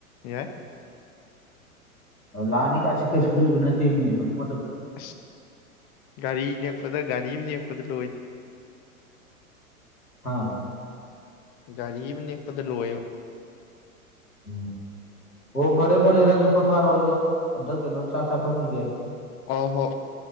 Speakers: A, on the left; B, on the left.
A: ꯌꯥꯏ
B: ꯂꯥꯛ ꯑꯅꯤ ꯀꯁꯤ ꯀꯩꯁꯨ ꯂꯩꯕ ꯅꯠꯇꯦꯃꯤ ꯍꯧꯖꯤꯛ ꯃ
A: ꯑꯁ ꯒꯥꯔꯤ ꯅꯦꯛꯄꯗ ꯒꯥꯔꯤ ꯑꯝ ꯅꯦꯛꯄꯗ ꯂꯣꯏꯗ
B: ꯍꯥꯥ
A: ꯒꯥꯔꯤ ꯑꯝ ꯅꯦꯛꯄꯗ ꯂꯣꯏꯑꯦꯕ
B: ꯎꯝ ꯍꯣ ꯐꯔꯦ ꯐꯔꯦ ꯅꯪꯖꯨ ꯄꯣꯊꯥꯔꯣ ꯑꯩꯖꯨ ꯑꯝꯇ ꯀꯩꯅꯣ ꯆꯥꯛ ꯆꯥꯊꯣꯛꯈꯤꯒꯦ
A: ꯑꯣ ꯍꯣ